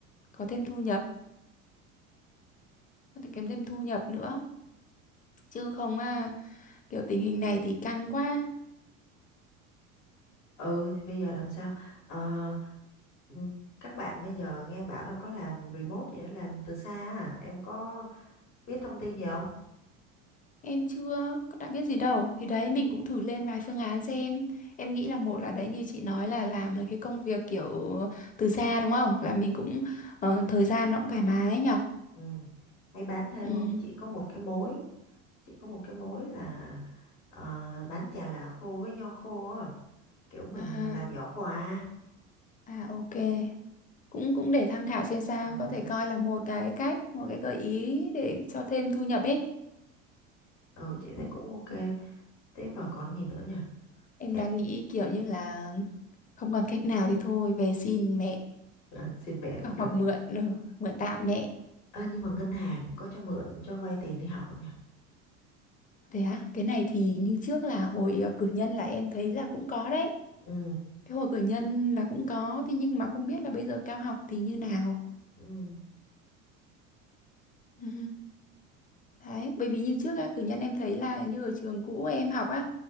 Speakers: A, on the left; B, on the left.
A: có thêm thu nhập có thể kiếm thêm thu nhập nữa chứ không à kiểu tình hình này thì căng quá
B: ừ thì bây giờ làm sao Ờ, ừm, các bạn bây giờ nghe bảo là có làm remote vậy đó, làm từ xa à em có biết thông tin gì không
A: em chưa có đã biết gì đâu thì đấy mình cũng thử lên vài phương án xem em nghĩ là một là đấy như chị nói là làm mấy cái công việc kiểu từ xa đúng không là mình cũng ờ, thời gian nó cũng thoải mái nhở
B: ừ hay bán thêm
A: ừ
B: không chỉ có một cái mối chỉ có một cái mối là ờ, bán chà là khô với nho khô á kiểu mình
A: à
B: làm giỏ quà
A: à ok cũng cũng để tham khảo xem
B: Cũng
A: sao
B: một nguồn
A: có thể
B: đấy
A: coi là một cái cách một cái gợi ý để cho thêm thu nhập ấy
B: ừ chị thấy cũng ok tiếp vào còn gì nữa nhỉ
A: em
B: chạy
A: đang nghĩ kiểu như là không còn cách nào thì thôi về xin mẹ
B: <laughs> à, xin mẹ cũng
A: Hoặc
B: được
A: hoặc mượn ừ, mượn tạm mẹ
B: Ơ, nhưng mà ngân hàng có cho mượn cho vay tiền đi học không nhỉ?
A: thế á cái này thì như trước là hồi ờ, cử nhân là em thấy là cũng có đấy
B: Ừ,
A: cái hồi cử nhân là cũng có thế nhưng mà không biết là bây giờ cao học thì như nào
B: ừ.
A: ừ. đấy bởi vì như trước á cử nhân em thấy là như ở trường cũ em học á